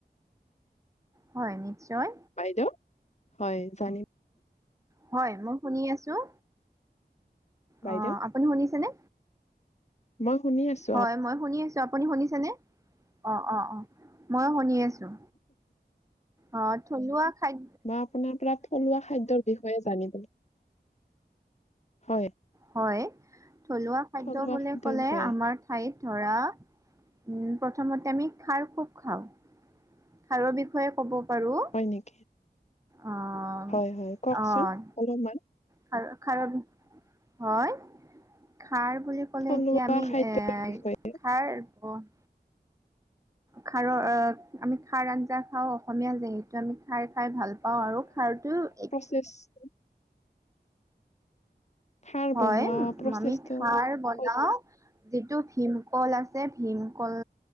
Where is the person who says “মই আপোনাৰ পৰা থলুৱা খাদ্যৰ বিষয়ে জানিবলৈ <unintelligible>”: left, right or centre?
Left